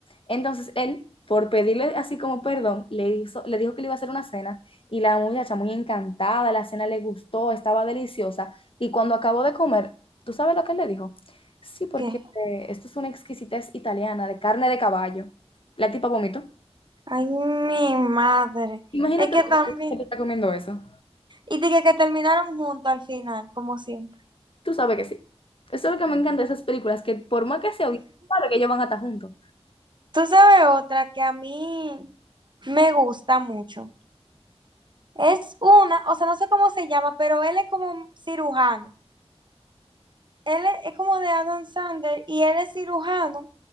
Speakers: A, on the left; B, on the right.
A: Entonces él, por pedirle así como perdón, le hizo, le dijo que le iba a hacer una cena y la muchacha muy encantada, la cena le gustó, estaba deliciosa y cuando acabó de comer, ¿tú sabes lo que él le dijo? Sí, porque
B: ¿Qué?
A: eh, esto es una exquisitez italiana de carne de caballo. La tipa vomitó.
B: Ay, mi madre.
A: Imagínate
B: Es que
A: tú
B: también.
A: que te está comiendo eso.
B: Y dije que terminaron juntos al final, como siempre.
A: Tú sabes que sí. Eso es lo que me encanta de esas películas, que por más que se oyen, sabe que ellos van a estar juntos.
B: Tú sabes otra que a mí me gusta mucho. Es una, o sea, no sé cómo se llama, pero él es como cirujano. Él es, es como de Adam Sandler y él es cirujano